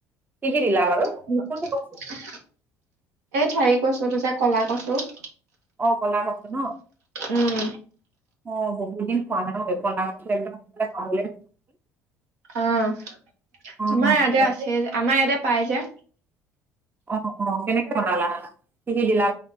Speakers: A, on the right (about 20°); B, on the right (about 70°).
A: কি কি দিলা। বাৰু
B: অ
A: কোনটো কচু
B: এই ঠাৰি কচুটো যে কলা কচু, -
A: অ ক'লা কচু ন
B: উম
A: অ বহুত দিন খোৱা নাই
B: অ আমাৰ
A: অ
B: ইয়াতে
A: তাৰপিছত
B: আছে আমাৰ ইয়াতে পাই যে।
A: অ-অ কেনেকে বনালা কি কি দিলা